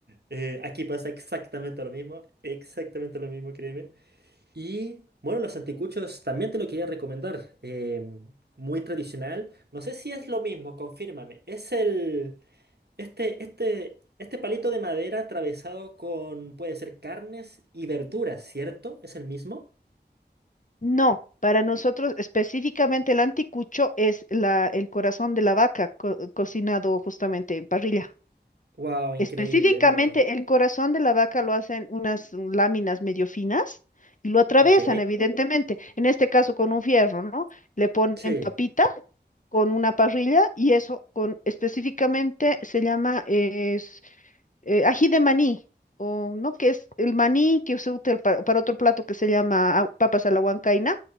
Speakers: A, on the right; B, on the left.
A: Eh, aquí pasa exactamente lo mismo, exactamente lo mismo, créeme. Y bueno, los anticuchos también te lo quería recomendar. eh, muy tradicional. No sé si es lo mismo, confírmame. Es el, este, este, este palito de madera atravesado con, puede ser carnes y verduras, ¿cierto? ¿Es el mismo?
B: No, para nosotros específicamente el anticucho es la, el corazón de la vaca co- cocinado justamente en parrilla.
A: Wow, increíble,
B: Específicamente
A: no.
B: el corazón de la vaca lo hacen unas láminas medio finas y lo atraviesan
A: Ok,
B: evidentemente. En este caso con un fierro, ¿no? Le ponen
A: sí,
B: papita con una parrilla y eso con específicamente se llama eh, eh, ají de maní, o no, que es el maní que se usa para, para otro plato que se llama au- papas a la huancaina,